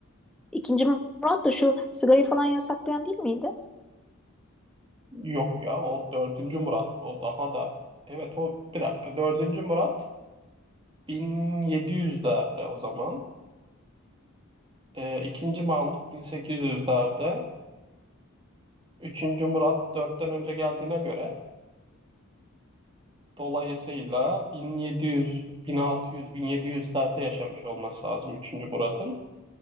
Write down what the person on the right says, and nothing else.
Yok ya, o dördüncü Murat. O daha da... Evet, o bir dakika. Dördüncü Murat 1700'lerde o zaman. Ee, ikinci Mahmut 1800'lerde. Üçüncü Murat dörtten önce geldiğine göre dolayısıyla 1700, 1600, 1700'lerde yaşamış olması lazım üçüncü Murat'ın.